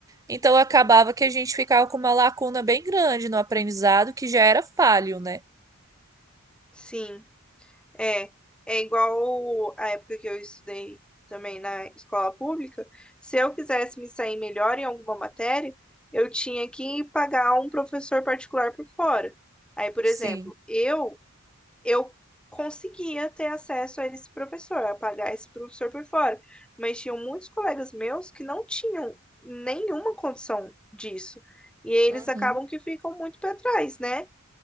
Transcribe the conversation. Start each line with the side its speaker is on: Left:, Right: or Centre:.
Right: Então acabava que a gente ficava com uma lacuna bem grande no aprendizado, que já era falho, né?
Centre: Sim, é. É igual a época que eu estudei também na escola pública. Se eu quisesse me sair melhor em alguma matéria, eu tinha que pagar um professor particular por fora. Aí, por
Right: Sim.
Centre: exemplo, eu eu conseguia ter acesso a esse professor, a pagar esse professor por fora. Mas tinham muitos colegas meus que não tinham nenhuma condição disso. E eles
Right: Uhum.
Centre: acabam que ficam muito para trás, né?